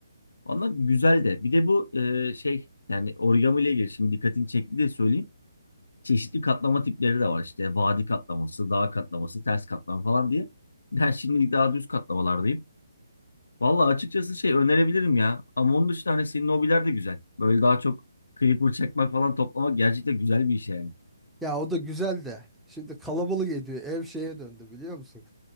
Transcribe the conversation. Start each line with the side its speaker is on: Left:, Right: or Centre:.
Left: Ondan güzel de. Bir de bu e, şey yani origami ile ilgili şimdi dikkatini çekti diye söyleyeyim. çeşitli katlama tipleri de var. İşte vadi katlaması, dağ katlaması, ters katlama falan diye. Ben şimdilik daha düz katlamalardayım. Valla açıkçası şey önerebilirim ya. Ama onun dışında hani senin hobiler de güzel. Böyle daha çok creeper çekmek falan toplamak gerçekten güzel bir iş yani.
Centre: Ya o da güzel de. Şimdi kalabalık ediyor. Ev şeye döndü biliyor musun?